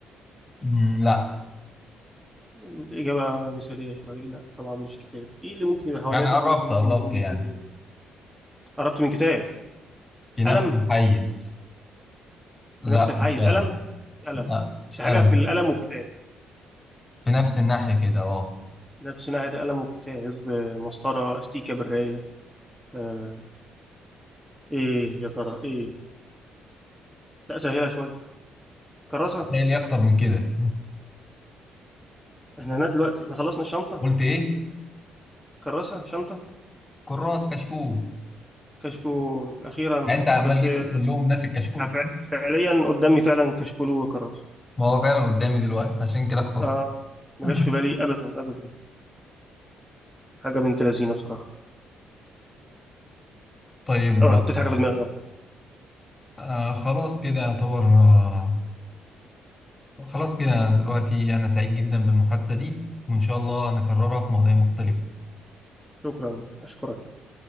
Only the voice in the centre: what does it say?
الإجابة مثالية شوية لا طبعا مش كتاب إيه اللي ممكن يبقى حواليا
في
البيت وممكن
يكون بيفيدني
قربت من كتاب
قلم
في نفس الحيز
قلم مش قلم
بس
حاجة
في القلم والكتاب
نفس ناحية القلم والكتاب آه مسطرة أستيكة براية آه إيه يا ترى إيه لا سهلة شوية كراسة
إحنا هنا دلوقتي إحنا خلصنا الشنطة
كراسة شنطة
كشكول أخيرا
بس
آه،
فع- فعليا قدامي فعلا كشكول وكراسة
اه ما
جاش في بالي ابدا ابدا حاجه بنت لذينه بصراحه
انا
حطيت حاجه في دماغي يلا
شكرا اشكرك